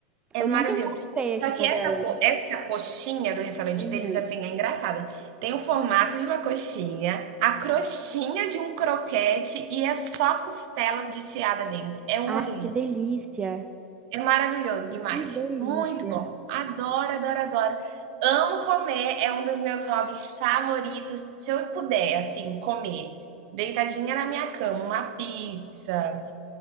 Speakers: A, on the right; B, on the right.
A: É
B: Eu
A: maravilhoso.
B: nunca encontrei
A: Só
B: aqui
A: que
B: por
A: essa
B: Belém.
A: co essa coxinha do restaurante
B: Uhum.
A: deles, assim, é engraçada. Tem o formato de uma coxinha, a crostinha de um croquete e é só costela desfiada dentro. É uma
B: Ai,
A: delícia.
B: que delícia!
A: É maravilhoso demais.
B: Que delícia!
A: Muito bom. Adoro, adoro, adoro. Amo comer, é um dos meus hobbies favoritos. Se eu puder, assim, comer deitadinha na minha cama, uma pizza